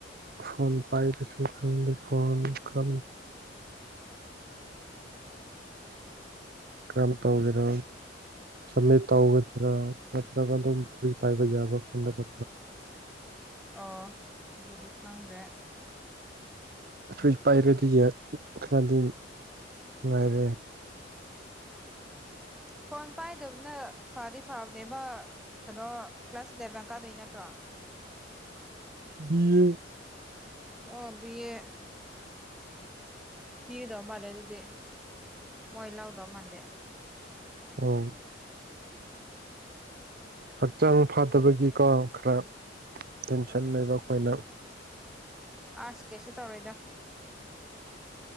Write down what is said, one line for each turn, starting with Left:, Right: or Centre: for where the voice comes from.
Right: ꯐꯣꯟ ꯄꯥꯏꯕꯁꯨ ꯈꯪꯗꯦ ꯐꯣꯟ ꯀꯔꯝ ꯀꯔꯝ ꯇꯧꯒꯦꯔꯣ ꯁꯝꯃꯤꯠ ꯇꯧꯒꯗ꯭ꯔꯥ ꯅꯠꯇ꯭ꯔꯒ ꯑꯗꯨꯝ ꯐ꯭ꯔꯤ ꯄꯥꯏꯕ ꯌꯥꯕ ꯈꯪꯗꯕ
Centre: ꯑꯣ ꯗꯨꯗꯤ ꯈꯪꯗ꯭ꯔꯦ
Right: ꯐ꯭ꯔꯤꯖ ꯄꯥꯏꯔꯗꯤ ꯈꯔꯗꯤ ꯉꯥꯏꯔꯦ
Centre: ꯐꯣꯟ ꯄꯥꯏꯗꯕꯅ ꯐꯗꯤ ꯐꯕꯅꯦꯕ ꯀꯩꯅꯣ ꯀ꯭ꯂꯥꯁ ꯏꯂꯚꯦꯟ ꯀꯥꯗꯣꯏ ꯅꯠꯇ꯭ꯔꯣ
Right: ꯎꯝ
Centre: ꯑꯣ ꯕꯤ ꯑꯦ ꯄꯤꯒꯗꯧ ꯃꯥꯜꯂꯦ ꯑꯗꯨꯗꯤ ꯃꯣꯏ ꯂꯧꯗꯧ ꯃꯥꯜꯗꯦ
Right: ꯑꯝ ꯍꯛꯆꯥꯡ ꯐꯠꯗꯕꯒꯤꯀꯣ ꯈꯔ ꯇꯦꯟꯁꯟ ꯂꯩꯕ ꯑꯩꯈꯣꯏꯅ
Centre: ꯑꯁ ꯀꯩꯁꯨ ꯇꯧꯔꯣꯏꯗꯣ